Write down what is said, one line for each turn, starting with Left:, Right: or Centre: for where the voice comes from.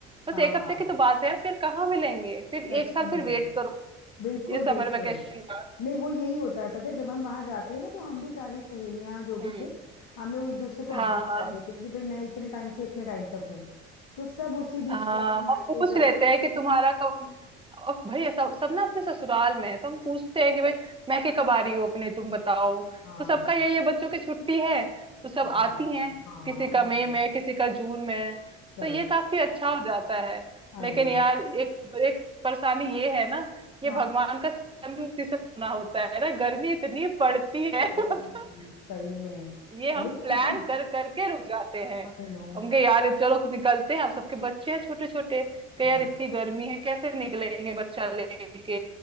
Right: बस
Left: हाँ
Right: एक हफ्ते की तो बात है यार फिर कहाँ मिलेंगे फिर
Left: सच
Right: एक साल
Left: में
Right: फिर वेट करो
Left: बिल्कुल
Right: ये समर
Left: बिल्कुल
Right: वेकेशन का
Left: नहीं वो यही होता है पता है जब हम वहां जाते हैं ना तो हम भी सारी सहेलियां जो भी
Right: हम्म
Left: थे हम लोग एक दूसरे को
Right: हाँ
Left: अपडेट
Right: हाँ
Left: कर देते हैं कि भाई मैं इतने टाइम से इतने टाइम तक हूँ तो सब उसी बीच
Right: आ,
Left: में अपने मायके
Right: हम पूछ
Left: शायके
Right: लेते हैं कि तुम्हारा कब अब भाई सब सब ना अपने ससुराल में है तो हम पूछते हैं कि भाई मैं के कब आ रही हूँ अपने तुम बताओ
Left: हाँ
Right: तो सबका यही है बच्चों की छुट्टी है तो सब
Left: हाँ
Right: आती हैं
Left: हाँ
Right: किसी का
Left: I
Right: मई
Left: know
Right: में है, किसी का जून में है
Left: सही
Right: तो ये काफी अच्छा हो जाता है
Left: I
Right: लेकिन
Left: know
Right: यार एक एक परेशानी ये है ना
Left: क्या
Right: ये भगवान का सिस्टम भी उसी से बना होता है ना गर्मी इतनी पड़ती है <laughs>
Left: ओह,
Right: मतलब
Left: सही में
Right: ये हम
Left: अरे तुम
Right: प्लान
Left: तो
Right: कर करके रुक जाते हैं
Left: I know
Right: हम कहे यार चलो निकलते हैं आप सबके बच्चे हैं छोटे छोटे कहे
Left: वो
Right: यार इतनी गर्मी है कैसे निकलेंगे बच्चा लेके